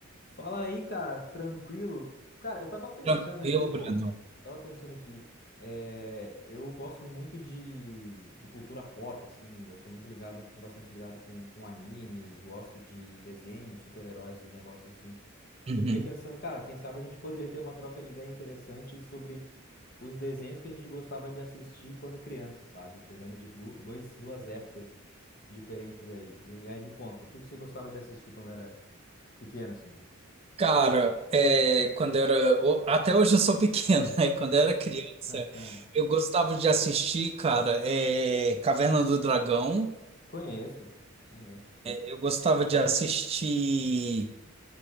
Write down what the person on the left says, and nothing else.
Fala aí, cara, tranquilo? Cara, eu tava pensando
aqui, pô,
tava pensando aqui, é, eu gosto muito de, de cultura pop, assim, eu sou muito ligado, sou bastante ligado com, com anime, gosto de desenho, super-herói, esses negócios assim.
E eu fiquei pensando, cara, quem sabe a gente poderia ter uma troca de ideia interessante sobre os desenhos que a gente gostava de assistir quando criança, sabe? Pegando de du- dois, duas épocas diferentes aí. E aí me conta, o que que você gostava de assistir quando era pequeno, assim?
<laughs>
Conheço, pô. Conheço.